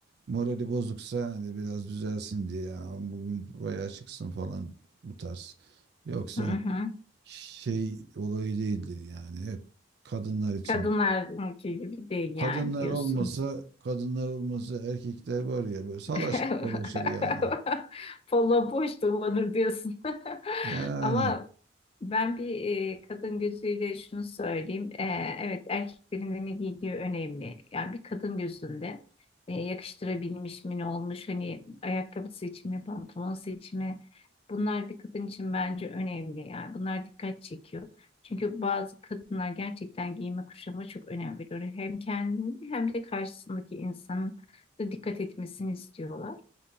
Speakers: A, on the right; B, on the left.
A: morali bozuksa hani biraz düzelsin diye ya bugün bayağı çıksın falan bu tarz. Yoksa
B: Hı hı.
A: şey olayı değildir yani hep kadınlar için.
B: Kadınlar erkeği gibi değil yani
A: Kadınlar
B: diyorsun.
A: olmasa kadınlar olmasa erkekler var ya böyle salaş
B: <laughs>
A: dolaşır yani.
B: Polla boş dolanır diyorsun. <laughs>
A: Yani
B: Ama ben bir e, kadın gözüyle şunu söyleyeyim. E, evet erkeklerin ne giydiği önemli. Yani bir kadın gözünde e, yakıştırabilmiş mi ne olmuş hani ayakkabı seçimi, pantolon seçimi bunlar bir kadın için bence önemli. Yani bunlar dikkat çekiyor. Çünkü bazı kadınlar gerçekten giyime kuşama çok önem veriyor. Hem kendini hem de karşısındaki insanın da dikkat etmesini istiyorlar.